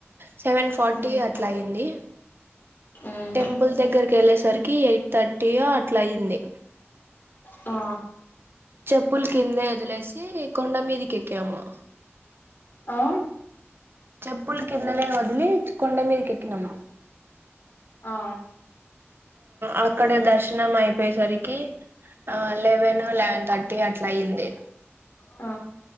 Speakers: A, on the right; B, on the left.
A: సెవెన్ ఫార్టీ
B: ఉమ్
A: అట్లా అయింది.
B: ఉమ్
A: టెంపుల్ దగ్గరికి వెళ్ళేసరికి ఎయిట్ థర్టీయో అట్లా అయింది.
B: ఆ
A: చెప్పులు కిందే వదిలేసి కొండ మీదికెక్కాము.
B: ఆ
A: చెప్పులు కిందనే వదిలి కొండ మీదికెక్కినము.
B: ఆ
A: అక్కడ దర్శనం అయిపోయేసరికి ఆ లెవెన్, లెవెన్ థర్టీ అట్లా అయింది.
B: ఆ